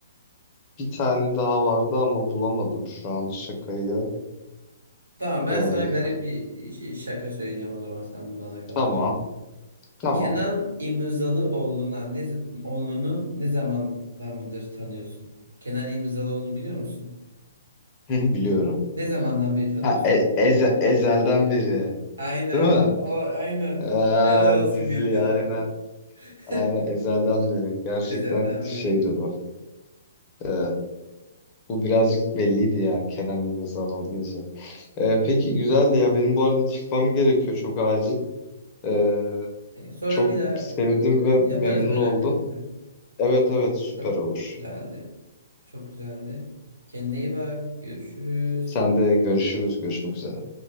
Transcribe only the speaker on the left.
bir tane daha vardı ama bulamadım şu an şakayı.
Ee,
tamam. Tamam.
<laughs> Biliyorum.
Ha, e- Eze- Ezel'den beri.
Değil mi?
Aa,
dizi
aynen.
Aynen Ezel'den beri. Gerçekten
şeydi
bu. Ee, bu birazcık belliydi yani Kenan İmirzalıoğlu deyince. Ee, peki güzeldi ya. Benim bu arada çıkmam gerekiyor çok acil. Ee,
çok
sevindim ve
memnun
oldum.
Evet evet süper
olur.
Sen de görüşürüz. Görüşmek üzere.